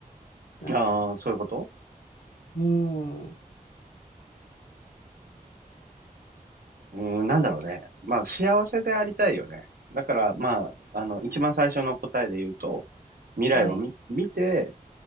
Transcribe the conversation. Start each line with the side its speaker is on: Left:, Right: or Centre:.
Left: なんか。
Right: ああ、そういうこと
Left: うん。
Right: うーん、なんだろうね。
Left: な
Right: まあ幸せでありたいよね。だからまあ、あの、一番最初の答えで言うと、未来を見、
Left: はい。
Right: 見て、